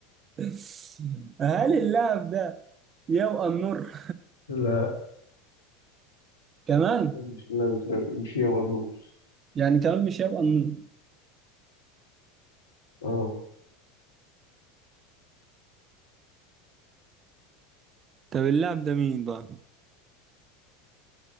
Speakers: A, on the right; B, on the left.
A: <laughs> هل اللاعب ده يبقى النور
B: لا
A: كمان
B: مش لا مش دوري مش يا مرموش
A: يعني كمان مش يبقى النور
B: اه
A: طب اللاعب ده مين بقى؟